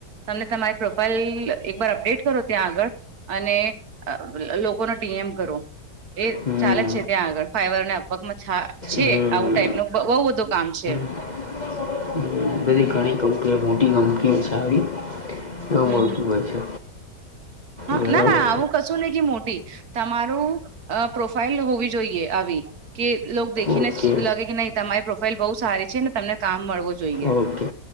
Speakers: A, on the right (about 65°); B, on the left (about 50°).
A: તમને તમારી પ્રોફાઈલ એકબાર અપડેટ કરો ત્યાં આગળ, અને લોકોનો ટીએમ કરો, એ
B: હમ
A: ચાલે જ છે ત્યાં આગળ. ફાઈવર અને અપવર્કમાં છા છે,
B: હમ
A: આવું ટાઈપનું
B: હમ.
A: બહ બહુ બધું કામ છે.
B: <unintelligible> બધી ઘણી કંપનીઓ, મોટી કંપનીઓ છે, આવી. એવું
A: હમ
B: મળતું
A: હમ
B: હોય છે.
A: હા
B: બરાબર
A: ના, ના આવું કશું નહી કે મોટી. તમારું અ પ્રોફાઈલ હોવી જોઈએ આવી કે લોક દેખીને
B: ઓકે
A: જ લાગે કે નહી, તમારી પ્રોફાઈલ બહુ સારી છે ને તમને કામ મળવું જો જોઈએ.
B: ઓકે